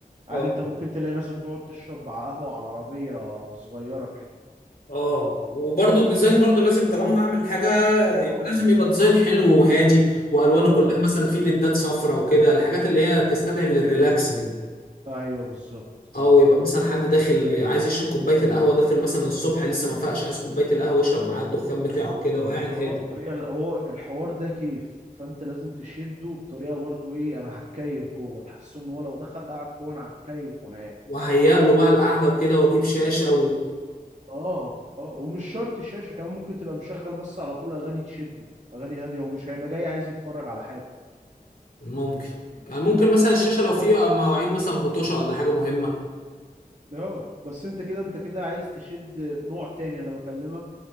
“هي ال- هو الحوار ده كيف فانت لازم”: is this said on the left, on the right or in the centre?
Right